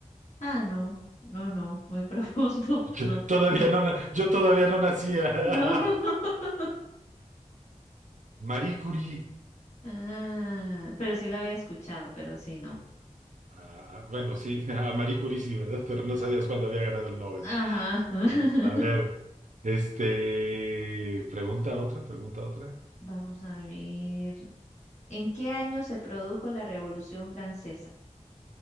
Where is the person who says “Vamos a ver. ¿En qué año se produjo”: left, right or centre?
Left